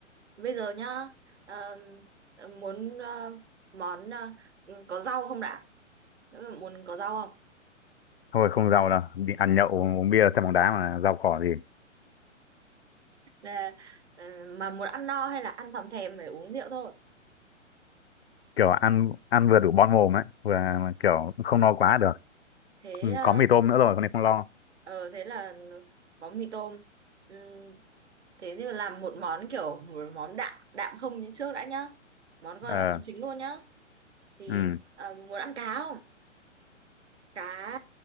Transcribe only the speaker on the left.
thôi không giàu đâu đi ăn nhậu uống bia xem bóng đá mà giàu cỏ gì
kiểu ăn ăn vừa đủ bon mồm ấy vừa kiểu không no quá được
ừ,
có mì tôm nữa rồi con này không lo
ờ
ừ,